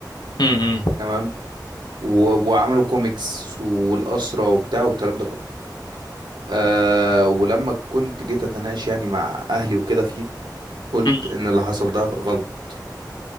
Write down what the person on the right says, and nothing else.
تمام و- وعملوا كوميكس والأسرة وبتاع والكلام ده كله أه ولما كنت جيت اتناقش يعني مع اهلي وكده فيه قلت
ان اللي حصل ده غلط